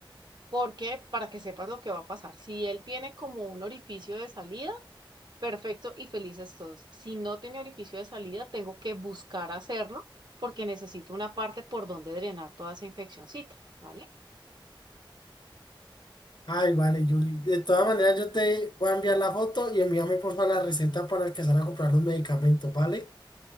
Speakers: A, on the right; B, on the left.
A: porque para que sepas lo que va a pasar. Si él tiene como un orificio de salida, perfecto y felices todos. Si no tiene orificio de salida, tengo que buscar hacerlo porque necesito una parte por donde drenar toda esa infeccióncita, ¿vale?
B: Ay, vale, Julie. De todas maneras, yo te voy a enviar la foto y envíame por favor la receta para alcanzar a comprar los medicamentos, ¿vale?